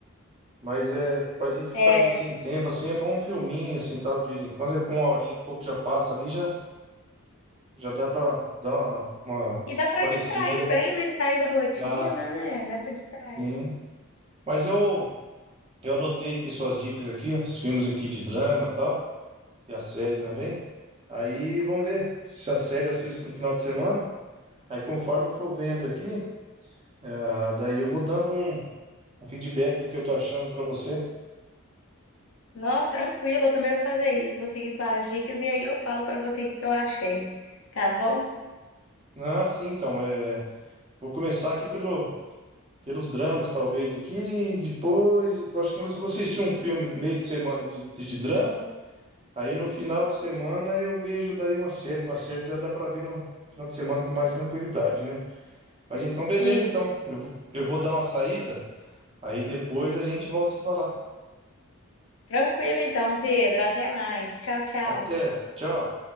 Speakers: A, on the right (about 25°); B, on the left (about 65°).
A: Mas é pra gente que
B: É,
A: tá meio sem tempo, assim, é bom um filminho, assim, tal, de vez em quando, é pra uma horinha e pouco já passa ali, já. Já dá pra dar uma, uma
B: e dá para
A: parecida,
B: distrair
A: né?
B: bem, né? Sair da rotina,
A: Dá,
B: né? Dá para distrair.
A: sim. Mas eu, eu anotei aqui suas dicas aqui, os filmes aqui de drama e tal, e a série também. Aí vamos ver se a série eu assisto no final de semana. Aí conforme eu for vendo aqui, ah, daí eu vou dando um, um feedback do que eu tô achando pra você.
B: Não, tranquilo, eu também vou fazer isso. Vou seguir suas dicas e aí eu falo para você o que que eu achei, tá bom?
A: Ah, sim, então, é, vou começar aqui pelo, pelos dramas, talvez, aqui, depois, eu acho que eu vou assistir um filme meio de semana de de drama, Aí no final de semana eu vejo daí uma série, uma série dá, dá pra ver no final de semana com mais tranquilidade, né? Mas então, beleza,
B: Isso.
A: então. Eu, vou- eu vou dar uma saída, aí depois a gente volta a se falar.
B: Tranquilo então, Pedro. Até mais. Tchau, tchau.
A: Até, tchau.